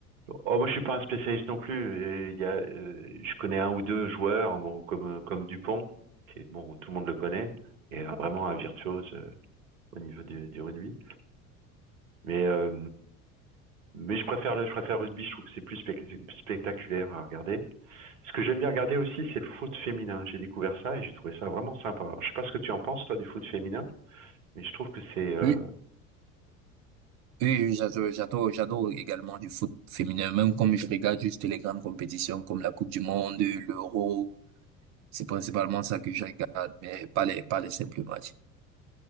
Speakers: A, on the right (about 60°); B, on the right (about 40°).
A: Oh, moi je suis pas un spécialiste non plus. Il y a, euh, je connais un ou deux joueurs, bon comme comme Dupont, qui est bon, tout le monde le connaît, et euh, vraiment un virtuose euh, au niveau du, du rugby. Mais euh, mais je préfère le, je préfère le rugby. Je trouve que c'est plus spec- spectaculaire à regarder. Ce que j'aime bien regarder aussi, c'est le foot féminin. J'ai découvert ça et j'ai trouvé ça vraiment sympa. Alors, je sais pas ce que tu en penses, toi, du foot féminin, mais je trouve que c'est, euh,
B: Oui, oui, oui, j'adore, j'adore, j'adore également du foot féminin, même comme je regarde juste les grandes compétitions comme la Coupe du Monde, l'Euro. C'est principalement ça que je regarde, mais pas les, pas les simples matchs. <laughs>